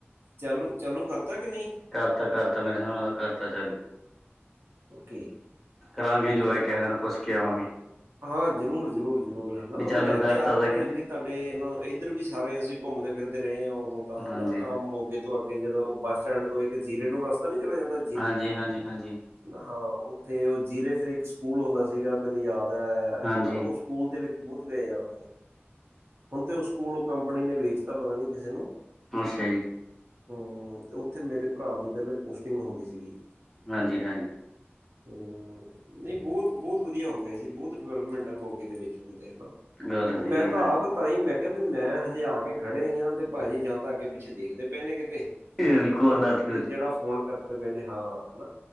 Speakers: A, on the right (about 65°); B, in the centre.
A: ਚਾਲੂ -ਚਾਲੂ ਕਰਤਾ ਕਿ ਨੀ?
B: ਕਰਤਾ -ਕਰਤਾ ਮੇਰੇ ਹਿਸਾਬ ਨਾਲ ਤਾ ਕਰਤਾ ਚਾਲੂ।
A: ਓਕੇ।
B: ਕਰਾਂਗੇ
A: ਠੀਕ
B: ਇਨਜੋਏ
A: ਹੈ
B: ਕੈ ਦਿਨ ਪੁੱਛ ਕੇ ਆਵਾਂਗੇ।
A: ਹਾਂ ਜ਼ਰੂਰ- ਜ਼ਰੂਰ, ਜ਼ਰੂਰ ਹੈਲੋ
B: ਵੀ ਚਾਲੂ
A: ਮੈਂ
B: ਕਰਤਾ
A: ਤੇ ਆਪ
B: ਤਾਂ
A: ਪੂਰੇ
B: ਕੱਲੀ
A: ਅੱਗੇ ਤੁਹਾਡੇ ਕੇ ਇਨੂੰ ਇੱਧਰ ਵੀ ਸਾਰੇ ਅਸੀਂ ਘੁੰਮਦੇ ਫਿਰਦੇ ਰਹੇ ਹਾਂ ਉਦੋਂ ਤਾਂ
B: ਹਾਂਜੀ
A: ਹਨਾ ਆ ਮੋਗੇ ਤੋਂ ਅੱਗੇ ਜਿਹੜਾ ਉਹ ਬੱਸ ਸਟੈਂਡ ਤੋਂ ਇੱਕ ਜੀਰੇ ਨੂੰ ਰਸਤਾ ਨੀ ਚਲਾ ਜਾਂਦਾ
B: ਹਾਂਜੀ -ਹਾਂਜੀ -ਹਾਂਜੀ।
A: ਹੈ ਨਾ ਹਾਂ ਉੱਥੇ ਜੀਰੇ ਫਿਰ ਇੱਕ ਸਕੂਲ ਹੁੰਦਾ ਸੀਗਾ ਮੈਨੂੰ ਯਾਦ ਐ ਹੈ
B: ਹਾਂਜੀ
A: ਨਾ ਉਸ ਸਕੂਲ ਦੇ ਵਿੱਚ ਬਹੁਤ ਗਏ ਆ ਉੱਥੇ। ਹੁਣ ਤੇ ਓ ਸਕੂਲ ਉਹ ਕੰਪਨੀ ਨੇ ਵੇਚਤਾ ਪਤਾ ਨੀ ਕਿਸੇ ਨੇ
B: ਅੱਛਾ ਜੀ।
A: ਹਮ ਤੇ ਉੱਥੇ ਮੇਰੇ ਭਰਾ ਦੀ ਪਹਿਲੇ ਪੋਸਟਿੰਗ ਹੁੰਦੀ ਸੀਗੀ।
B: ਹਾਂਜੀ-
A: ਹਨਾ
B: ਹਾਂਜੀ।
A: ਹੂੰ ਨਈ ਬਹੁਤ- ਬਹੁਤ ਵਧੀਆ ਹੋ ਗਿਆ ਬਹੁਤ ਡਿਵੈਲਪਮੈਂਟ ਹੈ ਮੋਗੇ ਵਿੱਚ ਹੁਣ ਤੇ ਹਨਾ,
B: ਗੱਲ
A: ਉਹ
B: ਸਹੀ
A: ਮੈਂ ਤਾਂ
B: ਹੈ ਹਾਂਜੀ
A: ਆਪ ਤਾਂ ਹੀ ਮੈਂ ਕਿਹਾ ਵੀ ਮੈਂ ਹਜੇ ਆ ਕੇ ਖੜੇ ਈ ਆ ਤੇ ਭਾਜੀ ਜਾਂ ਤਾਂ ਅੱਗੇ-ਪਿੱਛੇ ਦੇਖਦੇ ਪਏ ਨੇ ਕਿਤੇ
B: ਇਹ ਵੀ ਕੋਲ
A: ਹਨਾ।
B: ਲਾਤੀ
A: ਓ
B: ਉਹਦੀ
A: ਵੀ ਜਿਹੜਾ ਫੋਨ ਕਰਦੇ ਪਏ ਹਾਂ ਹਨਾ।